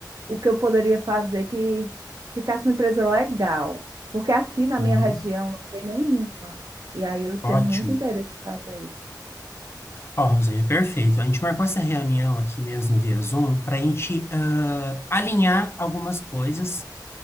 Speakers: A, on the right; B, on the left.
A: o que eu poderia fazer que ficasse uma empresa legal. Porque aqui na
B: Aham,
A: minha região não tem nenhuma. E aí eu tenho
B: Ótimo.
A: muito interesse em fazer isso.
B: Ó, Rosângela, perfeito. A gente marcou essa reunião aqui mesmo via Zoom para a gente ah, alinhar algumas coisas